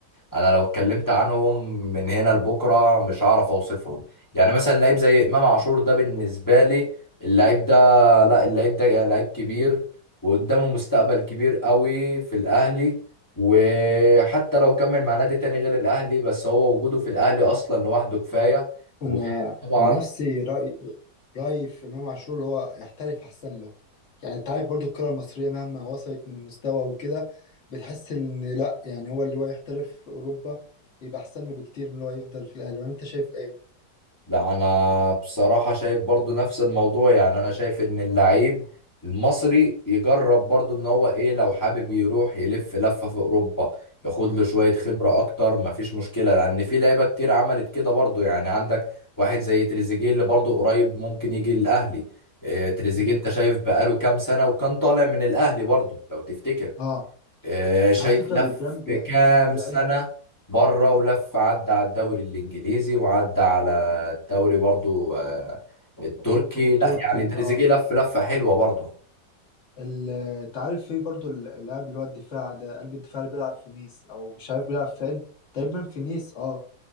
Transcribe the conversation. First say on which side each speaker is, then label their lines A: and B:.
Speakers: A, on the left (about 30°); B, on the left (about 45°).
A: أنا لو اتكلمت عنهم من هنا لبكرة مش هعرف أوصفهم يعني مثلا لعيب زي إمام عاشور ده بالنسبة لي اللعيب ده لا اللعيب ده لعيب كبير وقدامه مستقبل كبير قوي في الأهلي وحتى لو كمل مع نادي تاني غير الأهلي بس هو وجوده في الأهلي أصلا لوحده كفاية
B: أنا
A: وطبعا
B: عن نفسي رأي رأيي في إمام عاشور اللي هو يحترف أحسن له يعني أنت عارف برضو الكرة المصرية مهما وصلت من مستوى وكده بتحس إن لأ يعني هو اللي هو يحترف في أوروبا يبقى أحسن له بكتير من اللي هو يفضل في الأهلي وأنت شايف إيه؟
A: لا انا بصراحة شايف برضو نفس الموضوع يعني انا شايف ان اللعيب المصري يجرب برضو ان هو ايه لو حابب يروح يلف لفة في اوروبا ياخد له شوية خبرة اكتر مفيش مشكلة لان في لعيبة كتير عملت كده برضو يعني عندك واحد زي تريزيجيه اللي برضو قريب ممكن يجي الاهلي إيه، تريزيجيه
B: مم.
A: انت شايف بقاله كام سنة وكان طالع من الاهلي برضو لو تفتكر
B: اه
A: آه، شايف
B: على فكرة
A: لف
B: بيدام بي-
A: في كام
B: بيقد
A: سنة بره ولف عدى على الدوري الإنجليزي وعدى على الدوري برضو آه، التركي
B: التركي
A: لا يعني تريزيجيه
B: اه
A: لف لفة حلوة برضو
B: ال- انت عارف في برضو اللاعب اللي هو الدفاع ده قلب الدفاع اللي بيلعب في نيس او مش عارف بيلعب فين تقريبا في نيس اه